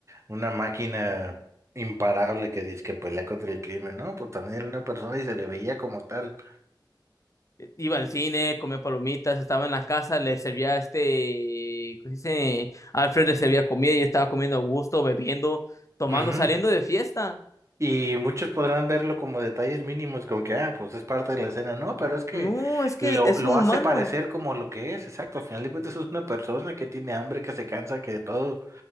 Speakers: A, on the right; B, on the left.
A: una máquina imparable que dice que pelea contra el crimen, ¿no? Pues también era una persona y se le veía como tal.
B: iba al cine, comía palomitas, estaba en la casa, le servía este, ¿cómo se dice? Alfred le servía comida y estaba comiendo a gusto, bebiendo, tomando,
A: Ujú.
B: saliendo de fiesta.
A: Y muchos podrán verlo como detalles mínimos, como que, ah, pues es parte de la escena. No, pero es que
B: No, es que
A: lo,
B: es
A: lo
B: un humano.
A: hace parecer como lo que es, exacto. Al final de cuentas es una persona que tiene hambre, que se cansa, que de todo.